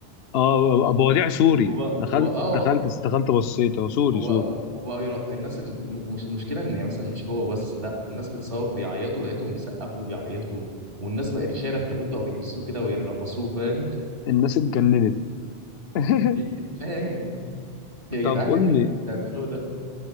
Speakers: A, on the left; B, on the right.
A: اه ابو وديع سوري
B: وبقى
A: دخلت
B: وبقى اه
A: دخلت دخلت بصيت هو سوري
B: وبقى
A: سوري
B: وبقى يرق... الناس ال... ومش- المشكله ان يعني مثلا مش هو بس لا الناس بتصور بيعيطوا لقيتهم بيسقفوا وبيعيطوا والناس بقى اللي شايله التابوت بقى بيهزوه كده ويرقصوه فاهم
A: الناس اتجننت <laughs>
B: <laughs> يا جدعان يا جدعان
A: طب قول
B: إيه اللي
A: لي
B: بتعملوه ده